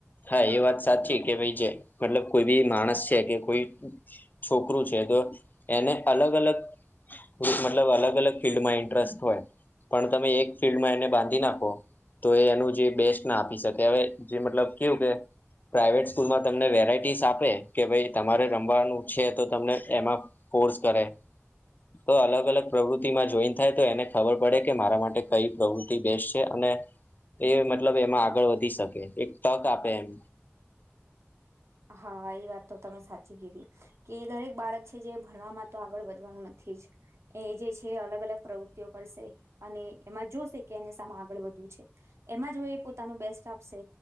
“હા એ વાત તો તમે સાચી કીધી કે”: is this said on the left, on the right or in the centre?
Right